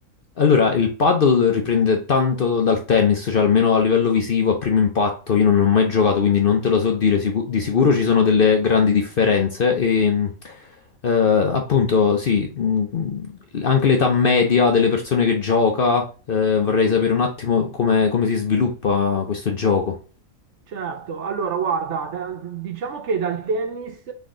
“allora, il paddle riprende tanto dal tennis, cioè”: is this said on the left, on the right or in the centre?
Left